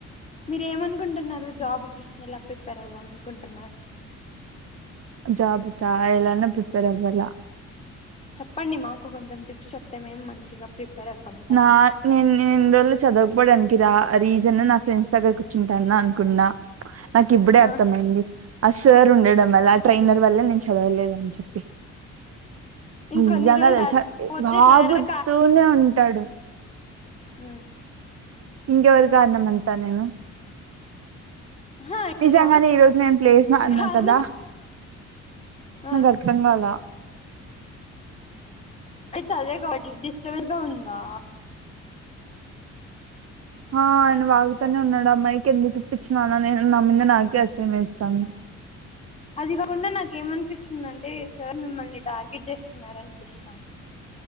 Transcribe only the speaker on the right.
జాబ్ కా ఎలానో ప్రిపేర్ అవ్వాల
నా నేను నేను రోజులు చదవుకపోవడానికి రా రీజన్ నా ఫ్రెండ్స్ దగ్గర కూచుంటానా అనుకున్నా నాకు ఇప్పుడే
అర్థమయింది అ సార్ ఉండడం వల్ల ఆ ట్రైనర్ వల్ల నేను చదవలేనని చెప్పి
నిజంగా
తెలుసా
వాగుతూనే
ఉంటాడు
ఇంకేవరు కారణం అంట నేను
నిజంగానే
ఈ రోజు నేను ప్లేస్ మారినా
కదా
నా బంగాల
ఆ ఆయన వాగుతానే ఉన్నాడు అమ్మాయికి ఎందుకు ఇప్పించినాన నేను నా మీద నాకే అసహ్యం వేస్తాంది